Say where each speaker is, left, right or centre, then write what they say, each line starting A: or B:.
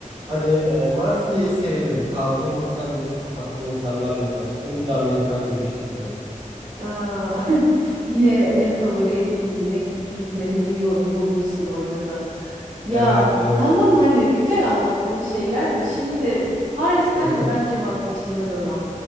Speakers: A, on the right; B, on the right.
A: Hani e, Marsilya'yı sevdim. Kaldığım hostelde de çok tatlı insanlarla tanıştım. Bir de Amerikan güreşi izledim.
B: Aa, <laughs> yine en favori etkinliğine git- gitmenin bir yolunu bulmuşsun orada da. Ya
A: Evet, evet.
B: tamam hani güzel anlattığın şeyler de şimdi Paris'ten
A: Hı hı,
B: de bence vazgeçilmez ama.